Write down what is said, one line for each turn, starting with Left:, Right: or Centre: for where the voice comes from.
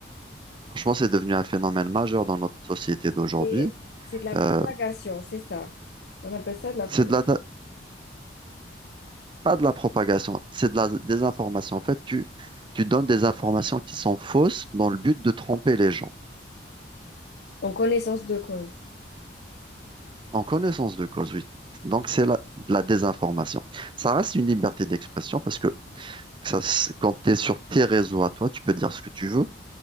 Right: Franchement, c'est devenu un phénomène majeur dans notre société d'aujourd'hui.
Left: Et c'est de la propagation,
Right: Euh,
Left: c'est ça. On appelle ça de la
Right: c'est
Left: propagation.
Right: de la, pas de la propagation, c'est de la désinformation. En fait, tu, tu donnes des informations qui sont fausses dans le but de tromper les gens.
Left: En connaissance de cause.
Right: En connaissance de cause, oui. Donc, c'est la, la désinformation. Ça reste une liberté d'expression parce que ça, s- quand tu es sur tes réseaux à toi, tu peux dire ce que tu veux,